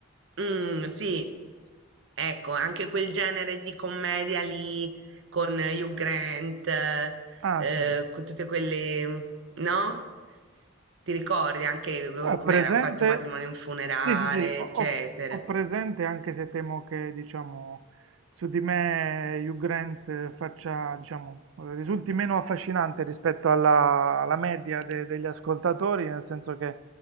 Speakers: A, on the right; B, on the right.
A: mm, sì, ecco, anche quel genere di commedia lì con Hugh Grant
B: Ah,
A: eh,
B: sì.
A: con tutte quelle, no? Ti ricordi anche eh,
B: Ho
A: com'era?
B: presente,
A: Quattro matrimoni e un funerale,
B: sì, sì, sì, ho,
A: eccetera.
B: ho- ho presente anche se temo che, diciamo, su di me Hugh Grant eh, faccia, diciamo, eh, risulti meno affascinante rispetto alla, alla media de- degli ascoltatori, nel senso che